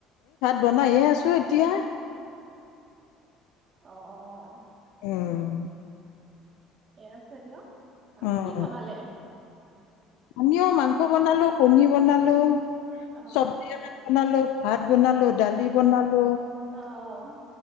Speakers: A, on the left; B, on the right.
A: বনাই হে আছো এতিয়া।
B: অ অ অ
A: উম
B: এ আছে দিয়ক
A: উম
B: আহ কি বনালে।
A: আমিও মাংস বনালো কণী বনালো।
B: অ
A: চব্জি এখন বনালো ভাত বনালো দালি বনালো।
B: অহ